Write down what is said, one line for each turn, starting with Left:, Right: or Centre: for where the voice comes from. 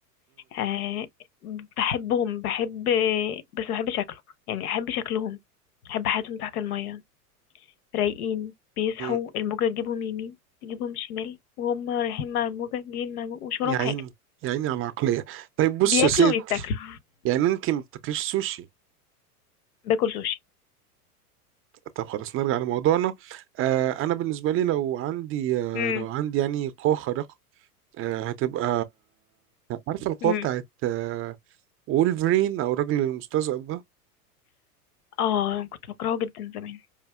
Left: آه، بحبهم بحب بس ما بحب شكله يعني احب شكلهم احب حياتهم تحت الميه رايقين بيصحوا
Right: مم.
Left: الموجة تجيبهم يمين تجيبهم شمال وهم رايحين مع الموجة جايين مع الموجة مش وراهم
Right: يا عيني
Left: حاجة
Right: يا عيني على العقلية طيب بص
Left: بياكلوا
Right: يا سيد
Left: ويتاكلوا
Right: يعني انت ما بتاكليش سوشي
Left: <laughs> باكل سوشي
Right: طب خلاص نرجع لموضوعنا آه انا بالنسبة لي لو عندي آه
Left: امم
Right: لو عندي يعني قوة خارقة آه هتبقى عارفة القوة
Left: امم
Right: بتاعت آه وولفرين او الراجل المستذئب ده
Left: اه كنت بكرهه جدا زمان